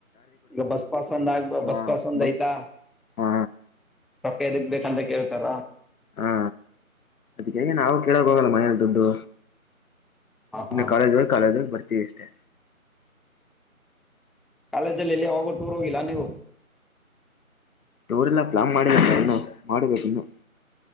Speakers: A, in the centre; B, on the left (about 80°).
A: ಈಗ ಬಸ್ ಪಾಸ್ ಒಂದ್ ಆಗ್
B: ಹಾ
A: ಬಸ್ ಪಸ್ ಒಂದ್
B: ಬಸ್
A: ಆಯ್ತಾ
B: ಹಾ
A: ತೊಕ್ಕದಿಗ್ ಬೇಕಂತ ಕೇಳ್ತಾರಾ <unintelligible>
B: ಹಾ ಅದಕ್ಕೆೇಗ ನಾವು ಕೇಳಕ್ ಹೋಗಲ್ಲ ಮನೇಲಿ ದುಡ್ಡು
A: ಹಾ ಹಾ
B: ನಿಮ ಕಾಲೇಜ್ ಕಾಲೇಜ್ ಬರ್ತೀವಿ ಅಷ್ಟೇ
A: ಕಾಲೇಜಲ್ಲಿ ಎಲ್ಲಿ ಯಾವಾಗೂ ಟೂರ್ ಹೋಗಿಲ್ಲ ನೀವು
B: ಟಾರ್ರೆಲ್ಲಾ ಪ್ಲಾನ್ ಮಾಡಿನ್ನು ಮಾಡಬೇಕ್ ಇನ್ನು